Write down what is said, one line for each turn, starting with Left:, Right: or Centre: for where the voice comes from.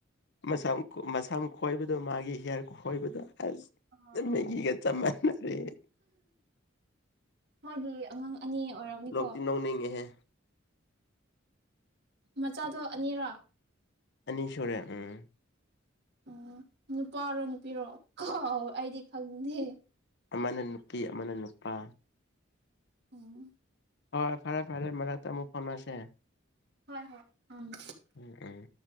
Left: ꯁ ꯃꯁꯝ ꯈꯣꯏꯕꯗꯣ ꯃꯥꯒꯤ ꯍꯤꯌꯥꯔ ꯈꯣꯏꯕꯗꯣ ꯑꯁ
Right: ꯑꯣ ꯑꯣ
Left: ꯃꯦꯒꯤꯒ ꯆꯞ ꯃꯥꯟꯅꯔꯦ
Right: ꯃꯥꯒꯤ ꯑꯉꯥꯡ ꯑꯅꯤ ꯑꯣꯏꯔꯝꯅꯤꯀꯣ
Left: ꯂꯣꯛꯇꯤ ꯅꯧꯅꯤꯡꯉꯦꯍꯦ
Right: ꯃꯆꯥꯗꯣ ꯑꯅꯤꯔꯥ
Left: ꯑꯅꯤꯁꯨꯔꯦ ꯎꯡ
Right: ꯎꯝ ꯅꯨꯄꯥꯔꯣ ꯅꯨꯄꯤꯔꯣ ꯍ ꯑꯩꯗꯤ ꯈꯪ ꯍ
Left: ꯑꯃꯥꯅ ꯅꯨꯄꯤ ꯑꯃꯥꯅ ꯅꯨꯄꯥ
Right: ꯎꯡ
Left: ꯍꯣꯏ ꯐꯔꯦ ꯐꯔꯦ ꯃꯔꯛꯇ ꯑꯃꯨꯛ ꯐꯥꯎꯅꯥꯁꯦ
Right: ꯍꯣꯏ ꯍꯣꯏ ꯎꯝ
Left: ꯎꯡ ꯎꯡ